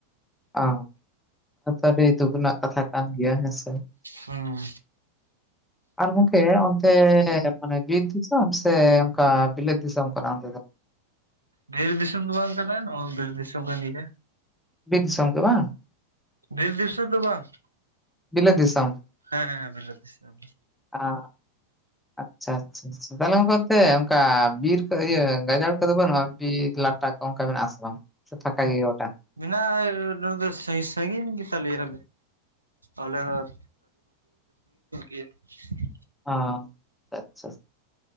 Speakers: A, in the centre; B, on the right.
A: ᱚ ᱟᱹᱰᱤ ᱫᱩᱠ ᱨᱮᱱᱟᱜ ᱠᱟᱛᱷᱟ ᱠᱟᱱ ᱜᱮᱭᱟ ᱦᱮᱸᱥᱮ?
B: ᱦᱮᱸ᱾
A: ᱟᱨ ᱜᱚᱢᱠᱮ ᱚᱱᱛᱮ ᱢᱟᱱᱮ ᱵᱤᱨ ᱫᱤᱥᱚᱢ ᱥᱮ ᱚᱱᱠᱟ ᱵᱤᱞᱟᱹᱛ ᱫᱤᱥᱚᱢ ᱠᱟᱱᱟ ᱚᱱᱛᱮ ᱫᱚ?
B: ᱵᱤᱨ ᱫᱤᱥᱚᱢ ᱫᱚ ᱵᱟᱝ ᱠᱟᱱᱟ᱾ ᱱᱚᱣᱟ ᱦᱚ ᱵᱤᱞᱟᱹᱛ ᱫᱤᱥᱚᱢ ᱠᱟᱱ ᱜᱮᱭᱟ᱾
A: ᱵᱤᱨ ᱫᱤᱥᱚᱢ ᱜᱮ ᱵᱟᱝ?
B: ᱵᱤᱨ ᱫᱤᱥᱚᱢ ᱫᱚ ᱵᱟᱝ᱾
A: ᱵᱤᱞᱟᱹᱛ ᱫᱤᱥᱚᱢ,
B: ᱦᱮᱸ ᱦᱮᱸ ᱵᱤᱞᱟᱹᱛ ᱫᱤᱥᱚᱢ
A: ᱟᱨ ᱟᱪᱪᱷᱟ ᱟᱪᱪᱷᱟ᱾ ᱛᱟᱦᱚᱞᱮ ᱜᱚᱢᱠᱮ ᱚᱱᱛᱮ ᱚᱱᱠᱟ ᱵᱤᱨ ᱠᱚ ᱤᱭᱟᱹ ᱜᱟᱡᱟᱲ ᱠᱚᱫᱚ ᱵᱟᱹᱱᱩᱜᱼᱟ? ᱵᱤᱨ ᱞᱟᱴᱟ ᱠᱚ ᱚᱱᱠᱟ ᱢᱮᱱᱟᱜᱼᱟ ᱥᱮ ᱵᱟᱝ? ᱯᱷᱟᱠᱟ ᱜᱮᱭᱟ ᱜᱚᱴᱟ?
B: ᱢᱮᱱᱟᱜᱼᱟ ᱫᱚ ᱥᱟ ᱥᱟᱜᱤᱧ ᱜᱮᱛᱟ ᱞᱮᱭᱟ᱾ ᱟᱞᱮ ᱦᱚᱸ᱾ <unintelligible>
A: ᱚ ᱟᱪᱪᱷᱟ᱾